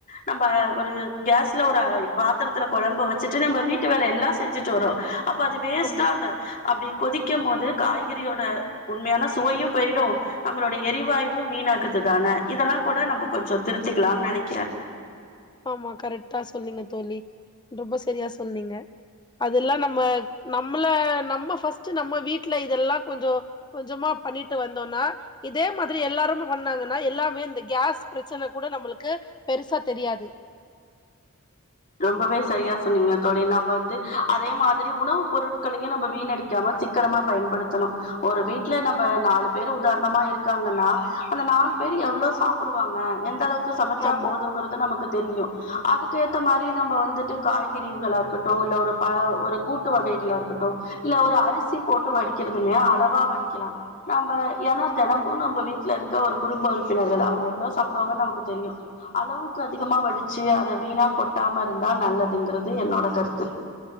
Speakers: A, on the left; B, on the left.
A: நம்ம ஒரு கேஸ்ல ஒரு பாத்திரத்துல குழம்பு வச்சுட்டு நம்ம வீட்டு வேலை எல்லாம் செஞ்சுட்டு வரோம் அப்ப வேஸ்ட்டாந்த
B: ஆமா
A: அப்படி கொதிக்கும் போது காய்கறியோட உண்மையான சுவையும் போயிடும் நம்மளோடைய எரிவாயும் வீணாகுதுதானே இதெல்லாம் கூட நம்ம கொஞ்ச திருத்திக்கலாம்னு நினைக்கிறேன்
B: ஆமா கரெக்டா சொன்னீங்க தோழி ரொம்ப சரியா சொன்னீங்க அதெல்லாம் நம்ம நம்மள நம்ம ஃபஸ்ட் நம்ம வீட்டுல இதெல்லாம் கொஞ்சம் கொஞ்சமா பண்ணிட்டு வந்தோம்னா இதே மாதிரி எல்லாருமே பண்ணாங்கன்னா எல்லாமே இந்த கேஸ் பிரச்சனை கூட நம்மளுக்கு பெருசா தெரியாது
A: ரொம்பவே சரியா சொன்னீங்க தோழி நம்ம வந்து அதே மாதிரி உணவு பொருட்களையும் நம்ம வீணடிக்காம சிக்கனமா பயன்படுத்தணு ஒரு வீட்டுல நம்ம நாலு பேர் உதாரணமா இருக்காங்கன்னா அந்த நாலு பேர் எவ்வளவு சாப்பிடுவாங்க எந்த அளவுக்கு சமைச்சா
B: ஆமா
A: போதும்ங்கறது நமக்கு தெரியும் அதுக்கு த்து மாதிரி நம்ம வந்துட்டு காய்கறிகளா இருக்கட்டும் இல்ல ஒரு பல ஒரு கூட்டு வகைகளா இருக்கட்டு இல்ல ஒரு அரிசி போட்டு வடிக்கிறதுல்லய அளவா வடிக்கலாம் நம்ம ஏன்னா தினமும் நம்ம வீட்டுல இருக்க ஒரு குடும்ப உறுப்பினர்கள் அவங்க எவ்வளோ சாப்பிடுவாங்கன்னு நமக்கு தெரியு அளவுக்கு அதிகமா வடிச்சு அதை வீணா- கொட்டாம இருந்தா நல்லதுங்கிறது என்னோட கருத்து